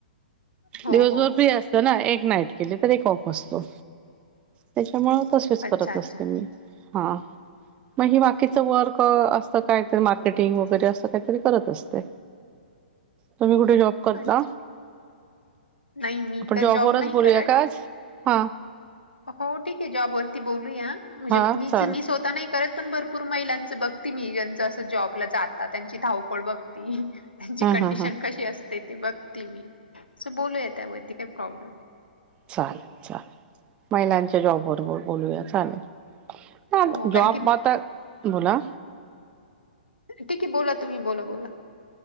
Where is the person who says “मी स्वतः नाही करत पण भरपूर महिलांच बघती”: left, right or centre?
Left